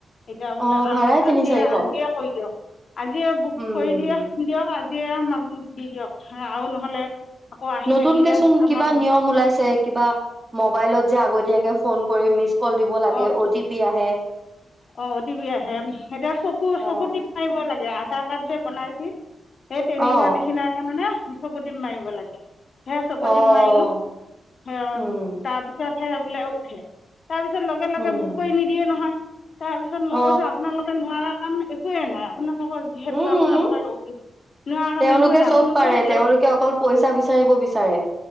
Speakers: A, on the left; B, on the right.
A: এতিয়া বোলে
B: অ',
A: আমাক
B: ভাড়াই তিনি
A: আজিয়ে
B: চাৰিশ,
A: আজিয়ে <unintelligible> আজিযে বুক
B: উম।
A: কৰি দিয়া দিয়ক আজি। দিয়ে আমাক দি দিয়ক আৰু নহলে। আকৌ আহি
B: নতুনকে
A: থাকিলে
B: চোন কিবা
A: আমাৰ
B: নিয়ম ওলাইছে কিবা মবাইলত যে আগতীয়াকে ফোন কৰি মিঢ কল দিব লাগে
A: অঁ
B: অ' টি পি আহে।
A: অ টিপি আহে এতিয়া চকু
B: অ',
A: চকু টিপ মাৰিব লাগে আধাৰ কাৰ্ড যে বনাইছিল সেই তেনেকুৱা
B: অ',
A: নিচিনাকে মানে চকু টিপ মাৰিব লাগে সেয়া চকু
B: অ',
A: টিপ মাৰিলো সেয়া
B: উম।
A: তাৰপিছত হে বোলে উঠে তাৰপিছত লগে লগে
B: উম
A: বুক কৰি নিদিয়ে নহয় তাৰ পিছত মই
B: অ
A: কৈছো আপোনালোকে নোৱাৰা কাম একো চকুৱেই না আপোনালোক যিহেতু
B: উম
A: আপোনালোকৰ নোৱাৰা কাম
B: তেওঁলোকে
A: একোৱ নাই
B: চব
A: আপুনি
B: পাৰে
A: কৰি দিয়ক
B: তেওঁলোকে অকল পইচা বিচাৰিব বিচাৰে